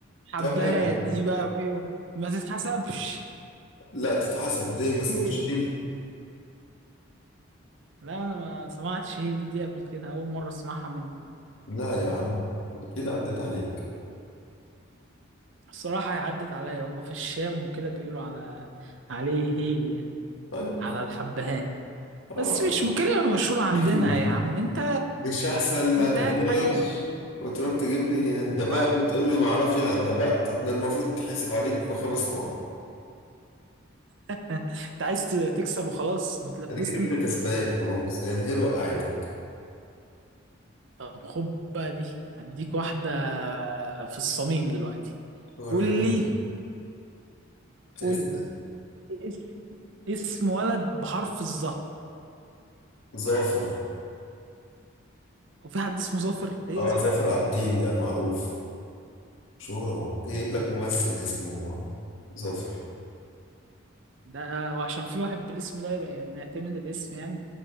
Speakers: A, on the right (about 65°); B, on the left (about 75°).
A: حبهان
B: <laughs> عارف.
A: يبقى ما, ما تتحسبش
B: لا تتحسب ليه ما اسموش
A: هيل
B: هيل
A: لا انا ما سمعتش هيل دي قبل كده اول مرة اسمعها مني
B: لا يا عم اكيد عدت عليك
A: الصراحة هي عدت عليا هما في الشام وكده بيقولوا على عليه هيل يعني
B: طيب
A: على الحبهان
B: اه
A: بس مش كلمة مشهورة عندنا
B: أحسن.
A: يا عم انت
B: مش احسن ما
A: انت
B: تغش
A: هات حاجة
B: وتروح تجيب لي هندباء
A: ما
B: وتقول لي ما اعرفش الهندباء طب ده المفروض تحسب عليك بخمس نقط
A: <laughs> انت عايز تكسب وخلاص بتلبسني
B: انا كده كده كسبان خلاص هي الهيل وقعتك
A: طب خد بقى دي هديك واحدة في الصميم دلوقتي
B: وريني
A: قول لي قول
B: اسأل
A: لي اس- اسم ولد بحرف الظا
B: ظافر
A: وفي حد اسمه ظافر ايه
B: اه
A: ظافر
B: ظافر
A: دي
B: عابدين ده معروف مشهور اهو جايب
A: انت-
B: لك ممثل اسمه ظافر
A: ده وعشان في واحد بالاسم ده يبقى نعتمد الاسم يعني